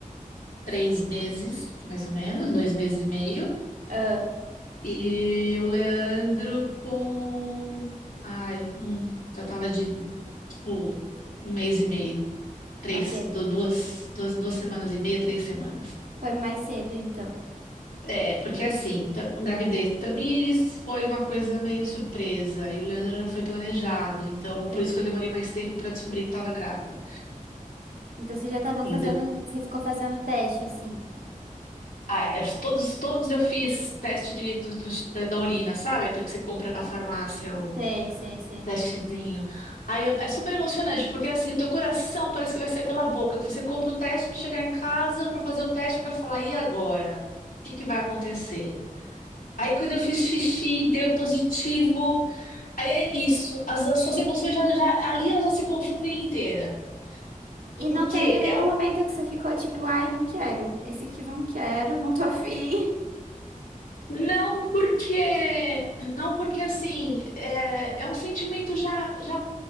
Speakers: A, on the left; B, on the right.
A: três meses, mais ou menos, dois meses e meio.
B: Ah,
A: E o Leandro com... Ai, um... Já tava de, tipo, um mês e meio. Três,
B: Ok.
A: du- duas, duas, duas semanas e meia, três semanas.
B: Foi mais cedo, então.
A: É, porque assim, ta- a gravidez do Tamires foi uma coisa meio surpresa, e o Leandro já foi planejado, então
B: Entendi.
A: por isso que eu demorei mais tempo para descobrir que estava grávida.
B: Então você já tava fazendo.
A: E eu de-
B: Você ficou fazendo teste, assim.
A: ah, é, os- todos, todos eu fiz teste de, do- do- da, da urina, sabe? Aquele que você compra na farmácia, o
B: Sei, sei, sei.
A: testezinho. Aí é, é super emocionante, porque assim, o teu coração parece que vai sair pela boca, que você compra o teste para chegar em casa, para fazer o teste, para falar, e agora? O que que vai acontecer? Aí quando eu fiz xixi, deu positivo. Aí é isso, as, as suas emoções já, já- ali elas já se confundem inteira.
B: E
A: Por
B: não
A: quê?
B: teve nenhum
A: É um,
B: momento que você ficou tipo, ai, não quero. Esse aqui eu não quero, não tô afim.
A: não porque, não porque assim, é, é um sentimento já, já